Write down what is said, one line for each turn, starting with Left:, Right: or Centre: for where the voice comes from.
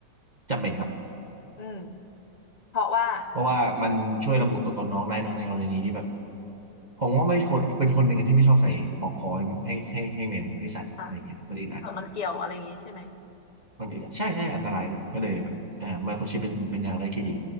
Right: จำเป็นครับ
Left: อืมเพราะว่า
Right: เพราะว่ามันช่วยระบุตัวตนน้องได้เนอะในกรณีที่แบบผมว่าไม่คนเป็นคนหนึ่งอะที่ไม่ชอบใส่ปลอกคอให้ให้ให้ให้แมวให้สัตว์อะไรเงี้ยมันอึดอัด
Left: อ่ะเออมันเกี่ยวอะไรอย่างงี้ใช่ไหม
Right: มันอึดอัดใช่ใช่อันตรายด้วยก็เลยแบบอ่าไมโครชิปเป็นเป็นทางเลือกที่ดี